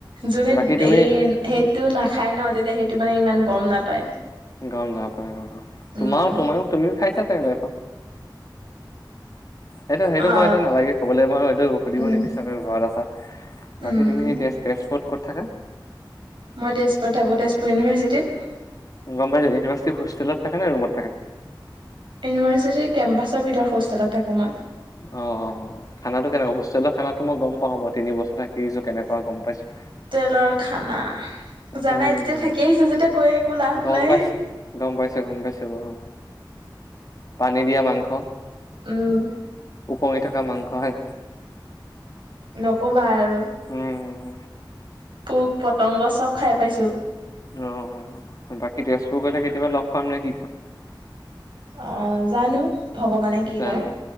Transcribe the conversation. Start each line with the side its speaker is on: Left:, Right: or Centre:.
Right: যোনে
Left: বাকী তুমি
Right: এই সেইটো নাখায় ন, তেতিয়া সেইটো মানে ইমান গম নাপায়।
Left: গম পায় অ' অ', তোমাৰো
Right: উম
Left: তোমো তুমিও খাইছা চাগে লাইফত। সেইটো, সেইটো
Right: হা
Left: বাৰু এতিয়া নালাগে কবলৈ বাৰু সেইটো সুধিব
Right: উম
Left: নিবিচাৰো, তোমি ঘৰত আছা।
Right: উম
Left: বাকী তুমি স তেজ তেজপুৰত ক'ত থাকা?
Right: মই তেজপুৰ থাকো, তেজপুৰ ইউনিভাৰ্চিটিত।
Left: গমপাইছো, ইউভাৰ্চিট হোষ্টেলত থাকা নে ৰোমত থাকা?
Right: ইউনিভাৰ্চিটিৰ কেম্পাছৰ ভিতৰত হোষ্টেলত থাকো মই।
Left: অ, খানাতো কেনেকোৱা? হোষ্টেলৰ খানাটো মই গম পাওঁ বাৰু, তিন বছৰ থা <unintelligible> কিছু কেনেকুৱা গম পাইছো।
Right: তেলৰ খানা
Left: উম
Right: জানাই যেতিয়া, থাকি আহিছো যেতিয়া কৈ একো লাভ
Left: গম
Right: নাই।
Left: পাইছো গম পাইছো গম পাইছো অ। পানী দিয়া মাংস,
Right: উম
Left: উপঙি থকা মাংস হে।
Right: নকবা আৰু।
Left: উম
Right: পোক পতংগ চব খাই পাইছো।
Left: অ, বাকী তেজপুৰ গলে কেতিয়াবা লগ পাম নে কি কোৱা।
Right: অ, জানো। ভগৱানে কি
Left: জানো,
Right: কৰে।